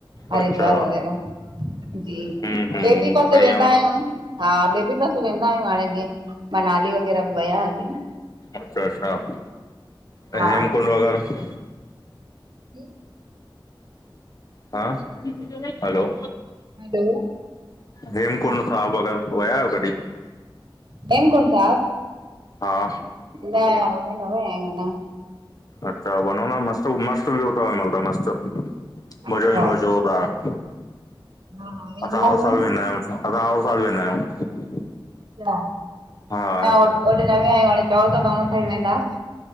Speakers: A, on the right; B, on the left.
A: हरिद्वार
B: अच्छा
A: वग़ैरह जी
B: हम्म हम्म
A: उते
B: सही
A: वेंदा
B: आ न
A: आयु, हा बें ॿि पासे वेंदा आहियूं। हाणे जीअं मनाली वग़ैरह बि विया हुआसीं।
B: अच्छा अच्छा
A: हा
B: हेमकुंड व़ैगरह!
A: जी।
B: हा हलो!
A: हलो!
B: हेम कुंड साहब वगरि विया आहियो कॾी।
A: हेम कुंड साहिब!
B: हा।
A: न उॾे न वया आहयु आना।
B: अच्छा वञो न मस्त मस्त बि हुतव मतल मस्त मज़ो
A: अच्छा
B: ईंदो जो त <unintelligible>
A: हा वेंदासूं।
B: असां हर साल वेंदा आहियूं, असां हर साल वेंदा आहियूं।
A: न
B: हा
A: हो होॾे न विया आहियूं हाणे चओ ता त हुन साइड वेंदास।